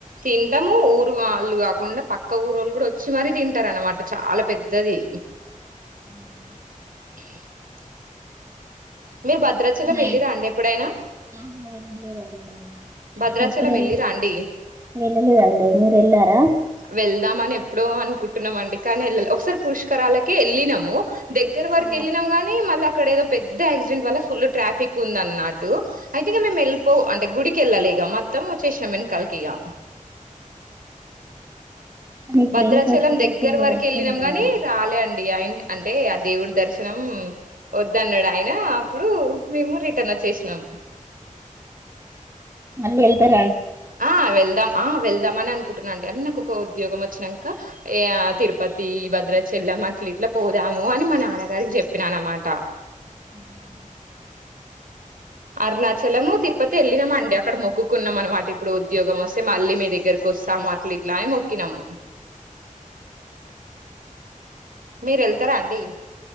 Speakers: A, on the right; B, on the right.
A: తిన్ ఇద్దము ఊరు వాళ్ళు కాకుండా పక్క ఊరోళ్ళు కూడా వచ్చి మరీ తింటరు అనమాట చాలా పెద్దది
B: ఉమ్
A: <unintelligible> మీరు భద్రాచలం
B: నైట్
A: వెళ్ళి రాండి ఎప్పుడైనా?
B: ఆహా వెళ్ళలేదండి
A: భద్రాచలం
B: ఇప్పుడు వెళ్
A: వెళ్లి రాండి?
B: వెళ్ళలేదండి మీరు వెళ్ళారా
A: వెళ్దామ అని ఎప్పుడో అనుకుంట్ ఎల్లినమండి కానీ ఎల్లలే ఒకసారి పురుష్కరాలకి ఎళ్ళినము దగ్గర వరకు
B: ఆ,
A: వెళ్ళినం గానీ మళ్ళా అక్కడేదో పెద్ పెద్ద ఆక్సిడెంట్ వల్ల ఫుల్ ట్రాఫిక్ ఉంది అన్న అటు ఐతే ఇగ మే ఎళ్ళిపో అంటే గుడి వెళ్ళాలలే ఇగ మొత్తం వచ్చేషినం వెనకాల్ కియా
B: కానీ ఇప్పుడు
A: భద్రాచలం
B: వెళ్తే అసలు
A: దగ్గర
B: ఫుల్
A: వరకు
B: రష్
A: వెళ్ళినం
B: ఉంటదండి
A: గాని రాలే అండి అయి అంటే ఆ దేవుడి దర్శనం వద్దన్నాడు ఆయన ఇప్పుడు మేము రిటర్న్ వచ్చేసినాం
B: మళ్ళీ ఎల్థరా.?
A: ఆ వెళ్దాం ఆ వెళ్దాం అని అనుకుంటున్నా అండి అ నాకు ఒక ఉద్యోగం వచ్చినంక ఏ తిరుపతి, భద్రాచలం అట్ల ఇట్లా పోదాము అని మా నాన్నగారికి చెప్పినాన అనమాట
B: ఉమ్
A: అరుణాచలము, తిరుపతి వెళ్ళినాము అండి అక్కడ మొక్కుకున్నాం అనమాట ఇప్పుడు ఉద్యోగం వస్తే మళ్ళీ మీ దగ్గరకు వస్తాము అట్లు ఇట్లా అని మొక్కినమ్ మీరు ఎళ్తారా అండి?